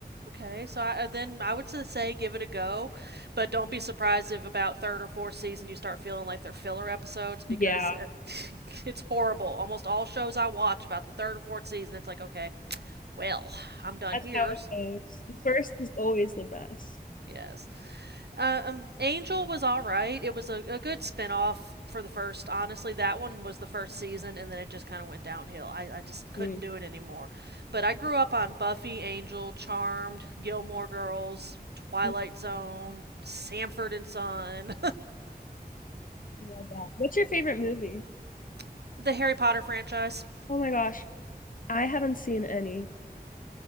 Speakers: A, on the right (about 85°); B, on the left (about 55°).
A: Okay, so I, uh, then I would say give it a go, but don't be surprised if about third or fourth season you start feeling like they're filler episodes because
B: Yeah,
A: uh <laughs> it's horrible. Almost all shows I watch about the third or fourth season, it's like, okay, well, I'm done
B: that's
A: here.
B: how it goes. The first is always the best.
A: <laughs> yes. Uh, um, Angel was all right. It was a, a good spinoff for the first. Honestly, that one was the first season, and then it just kind of went downhill. I, I just couldn't
B: Mm.
A: do it anymore. But I grew up on Buffy, Angel, Charmed, Gilmore Girls, Twilight
B: I
A: Zone, Sanford and Son,
B: Love that. What's your favorite movie?
A: <laughs> the Harry Potter franchise.
B: Oh my gosh, I haven't seen any.